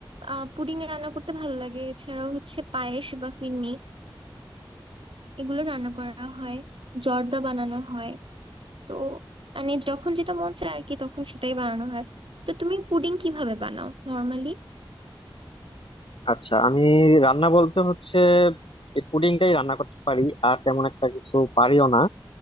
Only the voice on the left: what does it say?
আচ্ছা আমি রান্না বলতে হচ্ছে এই পুডিংটাই রান্না করতে পারি আর তেমন একটা কিছু পারিও না